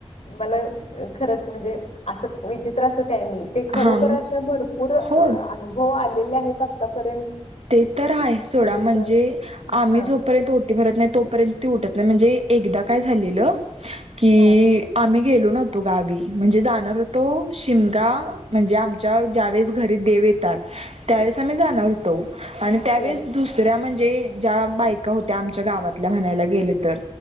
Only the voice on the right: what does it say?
हा
हो
ते तर आहे सोडा
म्हणजे आम्ही
जोपर्यंत ओटी भरत नाही. तोपर्यंत ती उठत नाही म्हणजे एकदा काय झालेलं की
आम्ही गेल नत गावी म्हणजे जाणारतो शिम म्हणजे आमच्या ज्यावे घरी. त्यावेळेस आम् जाणार
होतो आणि त्यावेळेस
दुसऱ्या म्हणजे ज्या बायका होत्या आमच्या गावातल्या म्हणायला गेले तर